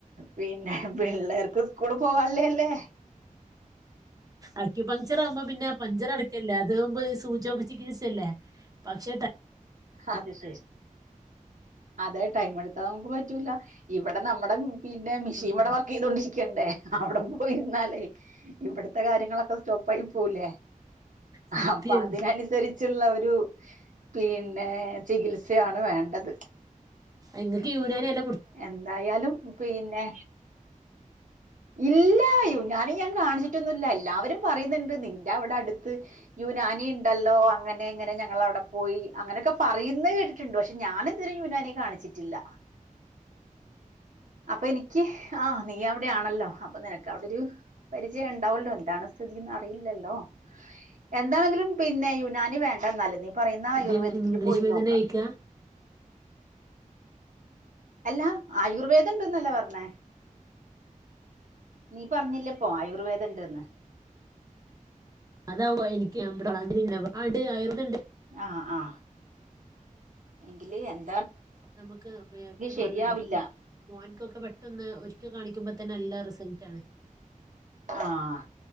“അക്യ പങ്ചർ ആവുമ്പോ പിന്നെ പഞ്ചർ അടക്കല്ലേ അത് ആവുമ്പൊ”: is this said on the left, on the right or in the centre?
Right